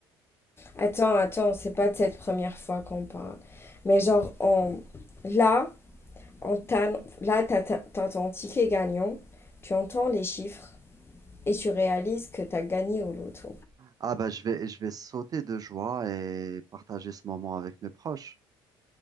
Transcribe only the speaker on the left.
Attends, attends, c'est pas de cette première fois qu'on parle. Mais genre, on... là, on t'ann- là, t'as ta- t'as ton ticket gagnant, tu entends les chiffres et tu réalises que t'as gagné au loto.